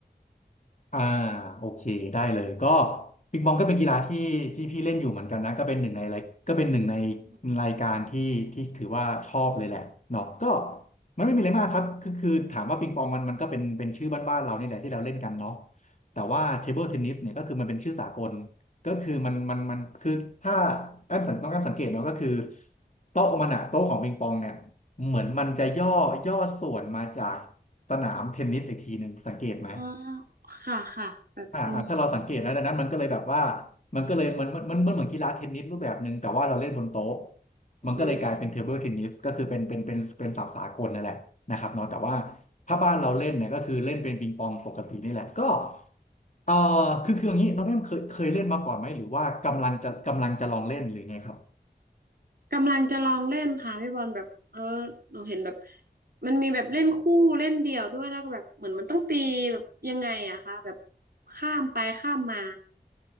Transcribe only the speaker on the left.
อ่าโอเคได้เลยก็ปิงปองก็เป็นกีฬาที่ที่พี่เล่นอยู่เหมือนกันนะก็เป็นหนึ่งในรายก็เป็นหนึ่งใน
รายการที่ที่ถือว่าชอบเลยแหละเนาะก็มันไม่มีอะไรมากครับก็คือถามว่าปิงปองมันมันก็เป็นเป็นชื่อบ้านๆเรานี่แหละที่เราเล่นกันเนาะแต่ว่าเทเบิลเทนนิสเนี่ยก็คือมันเป็นชื่อสากลก็คือมันมันมันคือถ้าแอมสังต้องแอมสังเกตเนาะก็คือโต๊ะมันอะโต๊ะของปิงปองเนี่ยเหมือนมันจะย่อย่อส่วนมาจากสนามเทนนิสอีกทีหนึ่งสังเกตไหม
อ่าอ่าถ้าเราสังเกตนะดังนั้นมันก็เลยแบบว่ามันก็เลยมันมันมันมันเหมือนกีฬาเทนนิสรูปแบบหนึ่งแต่ว่าเราเล่นบนโต๊ะมันก็เลยกลายเป็นเทเบิลเทนนิสก็คือเป็นเป็นเป็นเป็นศัพท์สากลนั่นแหละนะครับเนาะแต่ว่า
ถ้าบ้านเราเล่นเนี่ยก็คือเล่นเป็นปิงปองปกตินี่แหละก็เอ่อคือคืออย่างนี้น้องเอ็มเคยเคยเล่นมาก่อนไหมหรือว่ากำลังจะกำลังจะลองเล่นหรือไงครับ